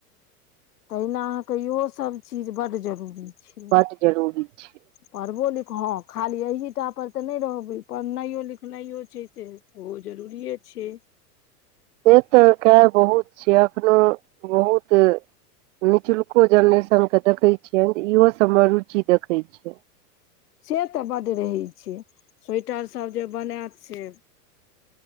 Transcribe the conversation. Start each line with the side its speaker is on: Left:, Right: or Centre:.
Left: तहिना अहाँके इहो सब चीज बड़ जरूरी। छै
Right: बड्ड जरूरी छै।
Left: पढ़बो लिख हाँ खाली अहिटा पर तऽ नय रहबै पढ़नाइयो लिखनाइयो छै से। ओहो जरूरीये छै।
Right: से तऽ खैर बहुत छै अखनो बहुत। निचुल्को जेनरेशन के देखैत छियनि तऽ इहो सबमे रुचि देखैत छियनि।
Left: से तऽ बड्ड रहै छै स्वेटर सब जे बनैत से।